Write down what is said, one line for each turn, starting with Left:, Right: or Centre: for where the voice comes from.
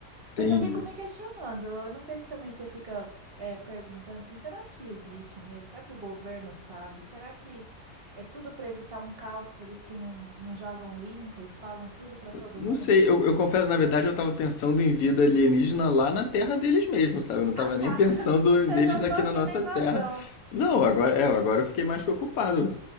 Left: Entendi.
Right: Mas eu fico me questionando. eu Não sei se também você fica é, perguntando assim, será que existe mesmo? Será que o governo sabe? Será que é tudo para evitar um caos, por isso que não, não jogam limpo e falam tudo para todo
Left: Não
Right: mundo?
Left: sei, eu, eu confesso, na verdade eu tava pensando em vida alienígena lá na terra deles mesmo, sabe? Eu não tava
Right: Ah, tá.
Left: nem pensando
Right: <laughs>
Left: em
Right: Eu
Left: deles
Right: já tô
Left: aqui
Right: aqui
Left: na nossa
Right: na invasão.
Left: terra. Não, agora, é, agora eu fiquei mais preocupado.